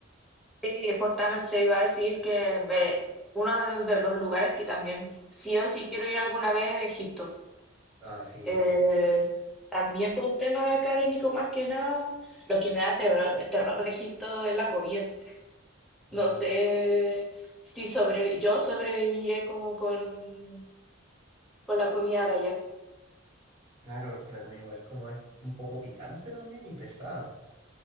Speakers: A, in the centre; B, on the right (about 30°).
A: Sí, justamente iba a decir que me- uno de de los lugares que también sí o sí quiero ir alguna vez es Egipto.
B: Ah, sí, yo
A: Eh,
B: también.
A: también por un tema académico más que nada, lo que me da terror, terror de Egipto es la comida.
B: No,
A: No sé si sobre, yo sobreviviré como con, con la comida de allá.
B: claro, porque la comida igual como es un poco picante también y pesada.